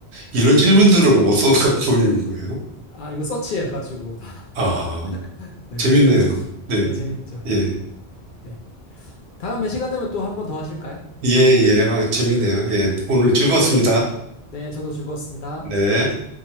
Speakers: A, on the right; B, on the left.
A: 이런 질문들을 어디서 갖고 오는 거예요?
B: 아, 이거 서치해가지고 다.
A: 아,
B: <laughs> 네.
A: 재밌네요. 네,
B: 네, 재밌죠.
A: 네. 예,
B: 네. 다음에 시간 되면 또 한 번 더 하실까요?
A: 예, 예, 아, 재밌네요. 예, 오늘 즐거웠습니다.
B: 네, 저도 즐거웠습니다.
A: 네.